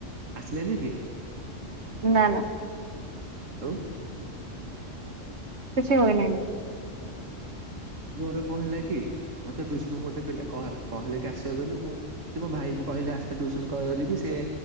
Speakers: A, on the right; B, on the right.
A: ଆସିଲେ ନି କି?
B: ନା ନା।
A: ଆଉ।
B: କିଛି ହୁଏ ନାହିଁ।
A: ମୋର କଣ ହେଲା କି ମତେ ଟୁସନ ଗୋଟେ ପିଲା କହି କହିଲେ କି ଆସିବ ବୋଲି ମୁଁ ସେ ମୋ ଭାଇ କୁ କହିଲେ ଆସିଲେ ଟ୍ୟୁସନ କରିବି ସିଏ